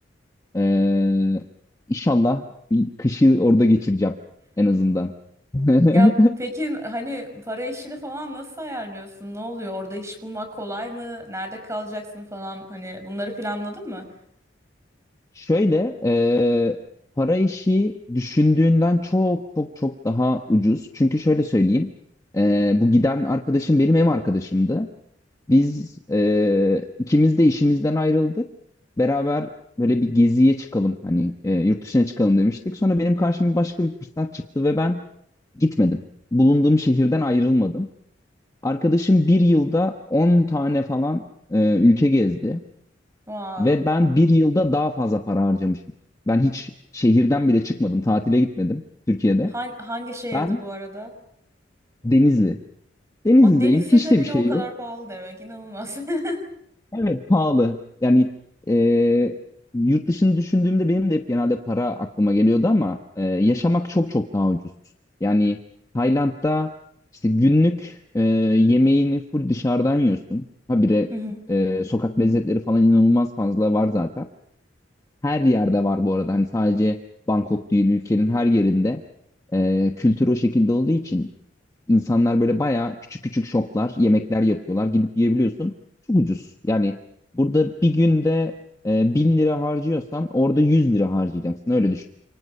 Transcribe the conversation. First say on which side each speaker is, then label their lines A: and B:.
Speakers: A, on the left; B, on the right.
A: Ee, inşallah bir kışı orada geçireceğim en azından. <laughs>
B: Ya peki hani para işini falan nasıl ayarlıyorsun? Ne oluyor? Orada iş bulmak kolay mı? Nerede kalacaksın falan? Hani bunları planladın mı?
A: Şöyle e, para işi düşündüğünden çok çok çok daha ucuz. Çünkü şöyle söyleyeyim. e, bu giden arkadaşım benim ev arkadaşımdı. Biz e, ikimiz de işimizden ayrıldık. Beraber böyle bir geziye çıkalım hani e, yurt dışına çıkalım demiştik. Sonra benim karşıma başka bir fırsat çıktı ve ben gitmedim. Bulunduğum şehirden ayrılmadım. Arkadaşım bir yılda 10 tane falan e, ülke gezdi.
B: Wow.
A: Ve ben bir yılda daha fazla para harcamışım. Ben hiç şehirden bile çıkmadım. Tatile gitmedim Türkiye'de.
B: Hangi, hangi şehirdi
A: Ben
B: bu arada?
A: Denizli. Denizli'deyim.
B: O Denizli'de
A: Hiç de
B: bile
A: bir şey
B: o kadar
A: yok.
B: pahalı demek. inanılmaz. <laughs>
A: Evet pahalı. Yani e, yurt dışını düşündüğümde benim de hep genelde para aklıma geliyordu ama e, yaşamak çok çok daha ucuz. Yani Tayland'da işte günlük e, yemeğini full dışarıdan yiyorsun. Habire
B: Hı hı.
A: e, sokak lezzetleri falan inanılmaz fazla var zaten. Her yerde var bu arada. Hani sadece Bangkok değil ülkenin her yerinde e, kültür o şekilde olduğu için İnsanlar böyle bayağı küçük küçük şoplar, yemekler yapıyorlar. Gidip yiyebiliyorsun. Çok ucuz. Yani burada bir günde e, 1000 lira harcıyorsan orada 100 lira harcayacaksın. Öyle düşün.